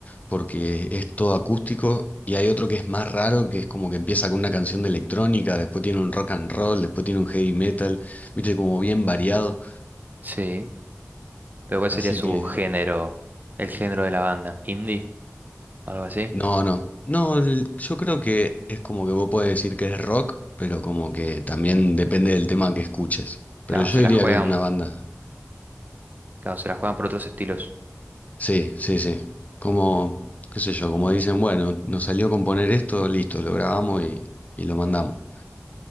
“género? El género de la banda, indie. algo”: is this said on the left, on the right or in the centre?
Right